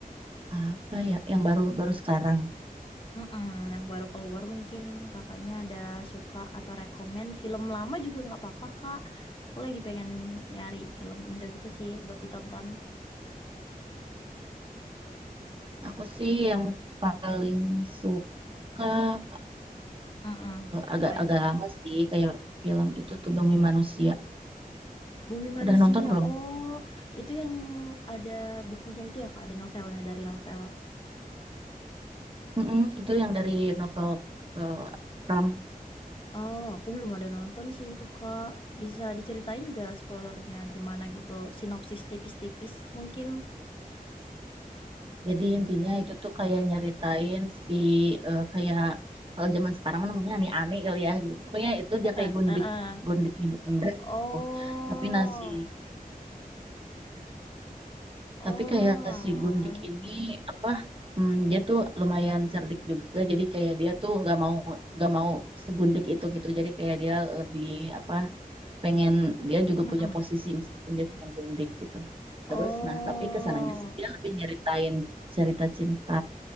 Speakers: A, on the right; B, on the left.
A: apa ya yang baru-baru sekarang.
B: Mm-mm, yang baru keluar mungkin kakaknya ada suka atau rekomen film lama juga nggak apa-apa kak. Aku lagi pengen nyari film Indo gitu sih buat ditonton.
A: Aku sih yang paling suka eh,
B: Mm-mm,
A: agak-agak
B: Apa itu?
A: lama sih kayak film itu tuh Bumi Manusia.
B: Bumi Manusia.
A: Udah nonton belum?
B: Oh, itu yang ada bukunya itu ya kak, ada novelnya dari novel.
A: mm itu yang dari novel eh, Ram.
B: Oh, aku belum ada nonton sih itu kak. Bisa diceritain gak spoilernya gimana gitu? Sinopsis tipis-tipis mungkin.
A: Jadi intinya itu tuh kayak nyeritain si eh, kayak kalau zaman sekarang mah namanya ani-ani kali ya gitu. Pokoknya itu
B: <laughs>
A: dia kayak gundik
B: Heeh.
A: gundiknya Belanda gitu.
B: Oh,
A: Tapi nasi
B: oh,
A: Tapi kayak
B: alah.
A: si Gundik ini apa hmm, dia tuh lumayan cerdik juga jadi kayak dia tuh nggak mau nggak mau segundik itu gitu jadi kayak dia lebih apa pengen dia juga
B: Mm-mm.
A: punya posisi meskipun dia cuma gundik gitu
B: Oh,
A: terus nah tapi kesananya sih dia lebih nyeritain cerita cinta